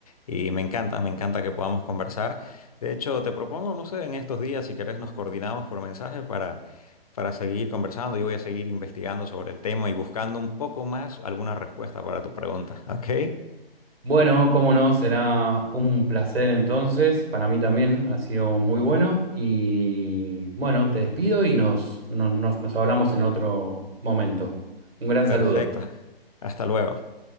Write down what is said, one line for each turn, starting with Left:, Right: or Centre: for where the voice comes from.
Left: Y me encanta, me encanta que podamos conversar. De hecho, te propongo, no sé, en estos días, si querés, nos coordinamos por mensaje para, para seguir conversando. Yo voy a seguir investigando sobre el tema y buscando un poco más alguna respuesta para tu pregunta. ¿Ok?
Right: Bueno, cómo no, será un placer entonces. Para mí también ha sido muy bueno. Y bueno, te despido y nos, no- nos, nos hablamos en otro momento. Un gran saludo.
Left: Perfecto. Hasta luego.